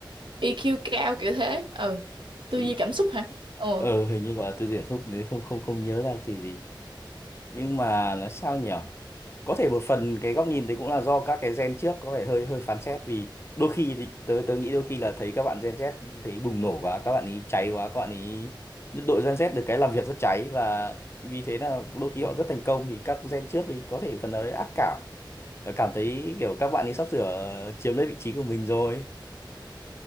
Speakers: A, on the right; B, on the left.
A: EQ cao kiểu thế ừ
B: thì
A: tư duy cảm xúc hả ừ
B: ờ hình như gọi là tư duy cảm xúc đấy không không không nhớ ra thì gì nhưng mà là sao nhỉ có thể một phần cái góc nhìn đấy cũng là do các cái gen trước có vẻ hơi hơi phán xét vì đôi khi thì tớ tớ nghĩ đôi khi là thấy các bạn gen Z thấy bùng nổ quá các bạn ý cháy quá các bạn ý đội gen Z được cái làm việc rất cháy và vì thế là đôi khi họ rất thành công thì các gen trước thì có thể phần nào đấy ác cảm và cảm thấy kiểu các bạn ấy sắp sửa chiếm lấy vị trí của mình rồi